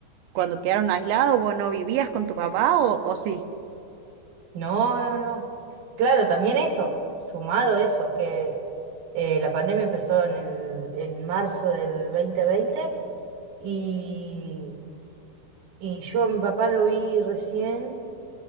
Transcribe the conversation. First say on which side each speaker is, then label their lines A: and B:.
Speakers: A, on the right; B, on the right.
A: cuando quedaron aislados, vos no vivías con tu papá o, o sí.
B: No, no, no. Claro, también eso, sumado eso, que eh, la pandemia empezó en el, en marzo del 2020 y Y yo a mi papá lo vi recién,